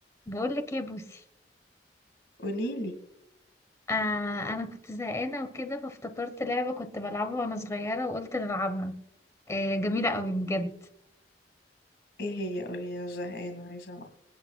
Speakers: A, on the left (about 15°); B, on the left (about 65°).
A: بقول لك ايه يا بوسي
B: قوليلي
A: آه انا كنت زهقانه وكده فافتكرت لعبه كنت بلعبها وانا صغيره وقلت نلعبها آه جميله قوي بجد
B: ايه هي قولي انا زهقانة عايزة العب